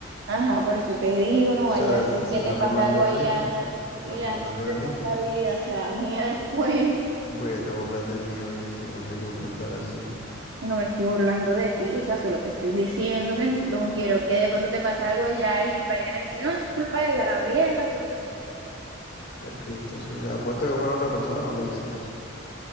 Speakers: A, on the right; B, on the left.
A: Ajá, por eso te digo, no
B: O
A: vaya
B: sea,
A: a ser
B: se
A: que
B: está
A: te
B: burlando
A: pase algo
B: de
A: allá
B: mí. Te está
A: y
B: burlando
A: la
B: de
A: responsabilidad
B: mí.
A: sea mía después.
B: Porque te burlas de mí, oye, si no es mi culpa estar así.
A: No me estoy burlando de ti, o sea, solo te estoy diciendo que no, no quiero que de pronto te pase algo allá y vayan a decir, no, eso es culpa de Gabriela, porque no sé qué.
B: Qué triste. O sea, si apuesto que fuera otra persona, no le dices eso.